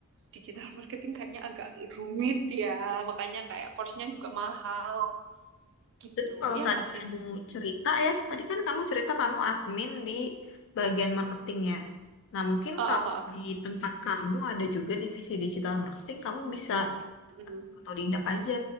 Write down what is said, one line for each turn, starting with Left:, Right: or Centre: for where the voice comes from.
Right: digital marketing kayaknya agak rumit ya, makanya kayak course-nya juga mahal gitu.
Left: Terus kalau
Right: Ya
Left: tadi
Right: nggak sih?
Left: kamu cerita ya, tadi kan kamu cerita kamu admin di bagian marketing ya. Nah, mungkin
Right: Ah,
Left: kalau
Right: ah, ah, ah.
Left: di tempat kamu ada juga divisi digital marketing, kamu bisa
Right: Mm-mm.
Left: atau otodidak aja.